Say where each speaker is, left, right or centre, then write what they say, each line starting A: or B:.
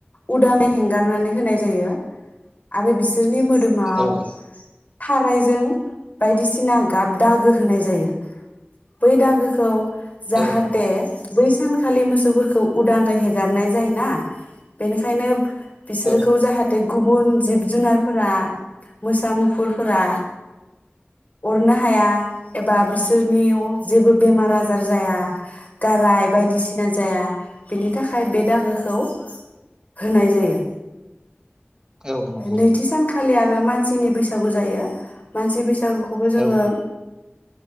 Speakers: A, on the left; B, on the right.
A: उदाङै हेंगारनानै होनाय जायो आरो बिसोरनि मो दोम आव
B: औ
A: थारायजों बायदिसिना गाब दागो होनाय जायो बै दागोखौ जाहाथे
B: औ नंगौ
A: बै सानखालि मोसौफोरखौ उदाङै हेगारनाय जायोना बेनिखायनो बिसोरखौ
B: औ
A: जाहाथ बे गुबुन जिब जुनारफोरा मोसा मुफुरफोरा अरनो हाया एबा बिसोरनियाव जेबो बेमार आजार जाया गाराय बायदिसिना जाया बेनि थाखाय बे दागोखौ होनाय जायो
B: औ नंगौ
A: नैथि सानखालि आरो मानसिनि बैसागु जायो मानसि बै सागुखौबो जोङो
B: औ